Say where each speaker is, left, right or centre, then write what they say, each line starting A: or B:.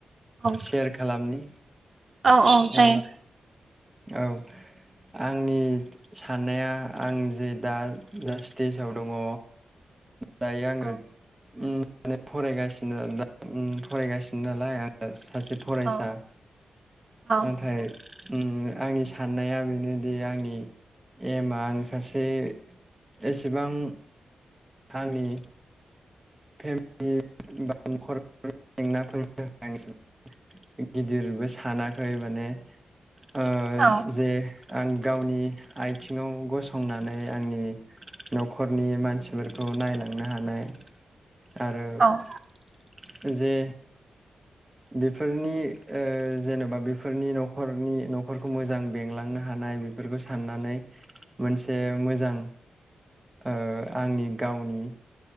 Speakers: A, on the right; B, on the right.
A: औ
B: सेयार खालामनि
A: औ औ जायो।
B: ओ औ आंनि साननाया आं जे दा जा स्टेजाव दङ
A: <inaudible>
B: दायो आङो
A: औ
B: उम माने फरायगासिनो उ फरायगासिनो नालाय आं सासे फरायसा
A: औ औ
B: नाथाय आंनि साननाया बेनोदि आंनि एमआ आं सासे एसेबां आंनि फेमिलि बा नखर जेंनाफोरनि <unintelligible> गिदिरबो सानाखै माने ओ
A: औ
B: जे आं गावनि आथिङाव गसंनानै आंनि न'खरनि मानसिफोरखौ नायलांनो हानाय आरोे
A: औ
B: जे बेफोरनि ओ जेनेबा बेफोरनि न'खरनि न खरखौ मोजां बेंलांनो हानाय बेफोरखौ साननानै मोनसे मोजां ओ आंनि गावनि